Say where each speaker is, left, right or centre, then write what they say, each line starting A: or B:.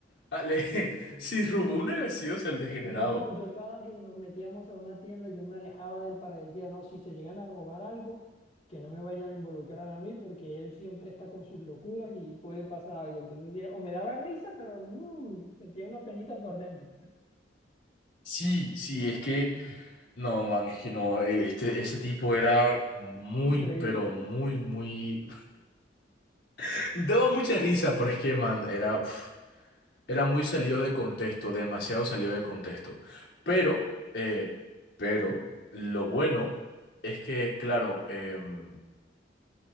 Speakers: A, on the left; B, on the left.
A: Ale,
B: sí.
A: sí, <laughs> robó una gaseosa el degenerado.
B: No, yo cada que nos metíamos a una tienda, yo me alejaba de él para decir, no, si se llegan a robar algo, que no me vayan a involucrar a mí, porque él siempre está con sus locuras y puede pasar algo. Entonces, sí, o me daba risa, pero mm, sentía una penita por dentro.
A: Sí, sí,
B: Sí.
A: es que
B: Mm.
A: No, man, es que no, eh, este, ese tipo era muy,
B: Increíble,
A: pero muy, muy... <laughs> Daba mucha risa, pero es que, man, era, uf, era muy salido de contexto, demasiado salido de contexto. Pero,
B: sí.
A: eh, pero, lo bueno es que, claro, em,